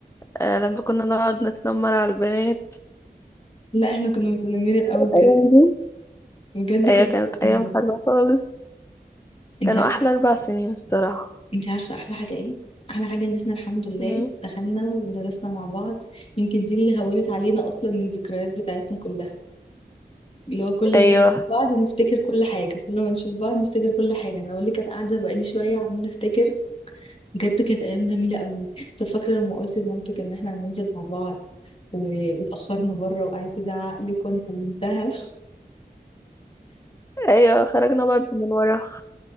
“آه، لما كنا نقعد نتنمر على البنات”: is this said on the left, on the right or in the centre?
Left